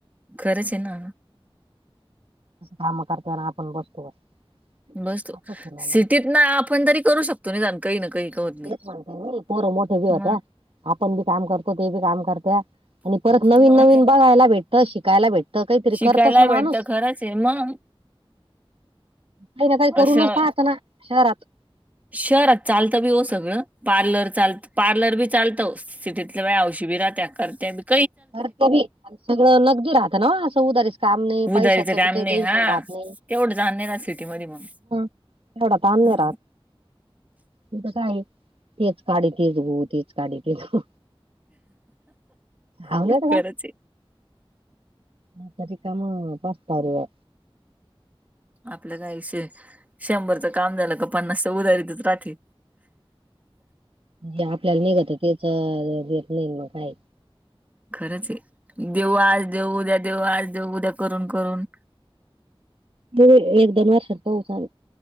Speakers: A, on the right; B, on the right.
A: खरंच आहे ना
B: काम करताना आपण बसतो.
A: बसतो
B: असंच होऊ राहिलं
A: सिटीत ना आपण तरी करू शकतो. नाही जाण काही ना काही का होत
B: तेच
A: नाही.
B: म्हणते मी पोर मोठे बी
A: मग
B: होत्या आपण बी काम करतो ते बी काम करत्या. आणि परत नवीन-नवीन
A: मग
B: बघायला भेटत शिकायला भेटतं. तर काहीतरी
A: शिकायला
B: करतस ना माणूस
A: भेटत खरंच आहे मग
B: काही ना काही करूनच
A: असं
B: पाहत ना शहरात
A: शहरात चालतं बी हो सगळं पार्लर चालत पार्लर बी चालतं सिटीतल्या वे वष बिरा त्या करत्याबी
B: करते बी सगळं नगदी राहतं ना असं उदारीच काम नाही
A: उदारीचं
B: पैशाचं
A: काम
B: बी काही
A: नाही
B: टेन्शन
A: हा
B: राहत नाही.
A: तेवढं जा नाही ना राहत सिटीमध्ये मग
B: तेवढा ताण नाही
A: ह
B: राहात तिथ काय तेच काडी तेच गो तेच काडी ते थो आवडत
A: खरचे
B: मधी का काम पस्ताव रे
A: आपलं काहीे शंभरचं काम झालं का पन्नासच उदारीतच राहतील.
B: ते आपल्याला निघत केच घेत नाही मग काय
A: खरंच आहे देऊ आज-देऊ उद्या-देऊ आज-देऊ उद्या करून-करून
B: म एक दोन वर्षात पहच झालं